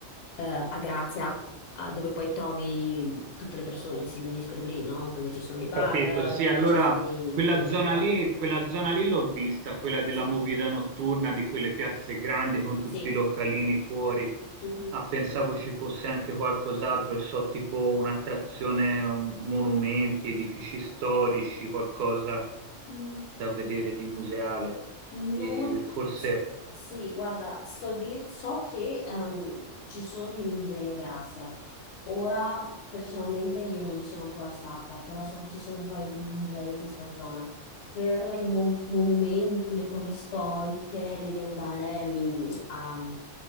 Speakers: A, on the left; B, on the right.
A: eh, a Grazia ah, dove poi trovi tutte le persone, si riuniscono lì, no? Dove ci sono i bar,
B: Capito, sì,
A: dove
B: allora
A: ci si
B: quella
A: incontra.
B: zona lì, quella zona lì l'ho vista, quella della
A: Sì,
B: movida notturna, di quelle piazze grandi con tutti
A: sì.
B: i localini fuori.
A: Mhm.
B: Ah, pensavo ci fosse anche qualcos'altro, e so, tipo un'attrazione, un- monumenti, edifici storici, qualcosa
A: Mm,
B: da vedere di museale.
A: Non...
B: E forse
A: Sì, guarda, so, dir- so che ehm, ci sono dei musei a Gracia, Ora personalmente io non ci sono ancora stata, però so che ci sono un paio di musei in questa zona. Per i mo- monumenti, le cose storiche, devi andare mm, a-